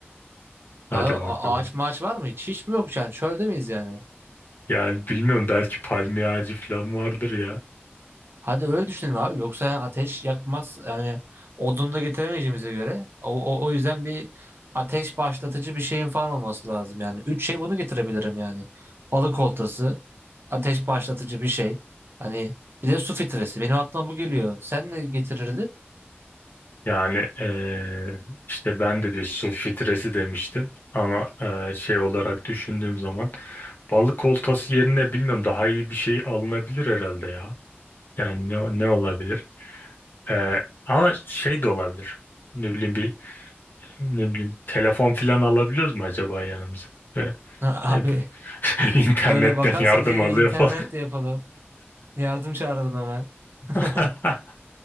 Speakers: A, on the left; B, on the right.
A: Hadi
B: Abi,
A: bakalım.
B: a- ağaç maaç var mı? Hiç, hiç mi yok yani? Çölde miyiz yani?
A: Yani bilmiyorum belki palmiye ağacı falan vardır ya.
B: Hadi öyle düşünelim abi. Yoksa yani ateş yakmaz. Yani odun da getiremeyeceğimize göre. O, o, o yüzden bir ateş başlatıcı bir şeyin falan olması lazım yani. Üç şey bunu getirebilirim yani. Balık oltası, ateş başlatıcı bir şey. Hani bir de su filtresi. Benim aklıma bu geliyor. Sen ne getirirdin? <laughs>
A: Yani eee, işte ben de bir su filtresi demiştim ama eee, şey olarak düşündüğüm zaman balık oltası yerine bilmiyorum daha iyi bir şey alınabilir herhalde ya. Yani ne, ne olabilir? Eee, ama şey de olabilir. Ne bileyim bir Ne bileyim telefon filan alabiliyoruz mu acaba yanımıza? E,
B: Ha,
A: e,
B: abi
A: b- <laughs> internetten
B: Öyle bakarsan
A: yardım
B: iyi
A: alıyor
B: internet
A: falan.
B: de yapalım. Yardım çağıralım hemen.
A: <laughs>
B: <laughs>